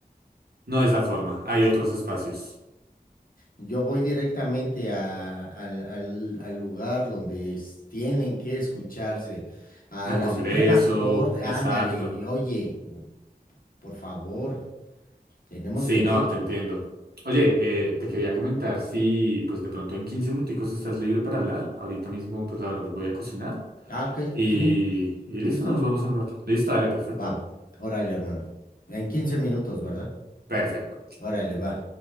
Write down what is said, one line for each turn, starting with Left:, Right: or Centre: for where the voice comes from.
Right: No es la forma. Hay otros espacios.
Left: Yo voy directamente a- al, al- al lugar donde es- tienen que escucharse, a
Right: Al
Left: la
Right: Congreso,
Left: Suprema Corte,
Right: exacto.
Left: ándale, oye, por favor, tenemos
Right: Sí,
Left: derechos.
Right: no, te entiendo. Oye, eh, te
Left: Ujú.
Right: quería comentar si pues de pronto en 15 minuticos estás libre para hablar. Ahorita mismo pues la verdad voy a cocinar
Left: Ah, ok,
Right: y,
Left: sí,
Right: y listo,
Left: sí está
Right: nos
Left: bien.
Right: vemos en un rato. Listo, dale, perfecto.
Left: Va, órale, hermano. En 15 minutos, ¿verdad?
Right: Perfecto.
Left: Órale, va.